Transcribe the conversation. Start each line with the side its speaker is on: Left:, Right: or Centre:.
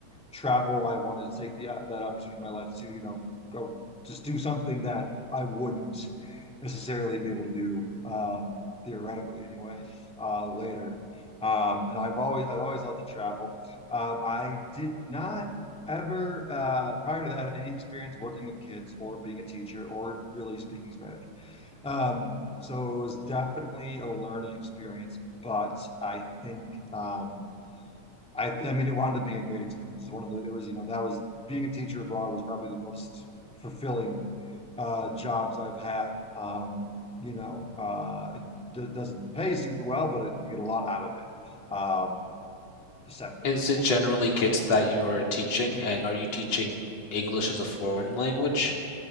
Centre: travel. I wanted to take the uh, that opportunity in my life to, you know, go just do something that I wouldn't necessarily be able to do um theoretically anyway uh later. Um and I've always I've always loved to travel. Um I did not ever uh, prior to that had any experience working with kids or being a teacher or really speaking Spanish. Um, so it was definitely a learning experience, but I think um, I I mean it wound up being a great experience. It's one of the it was you know that was being a teacher abroad was probably the most fulfilling uh, jobs I've had. Um, you know, uh, it d- doesn't pay super well, but it, you get a lot out of it. Um, separate
Left: Is
Centre: from
Left: it
Centre: that.
Left: generally kids that you are teaching, and are you teaching English as a foreign language?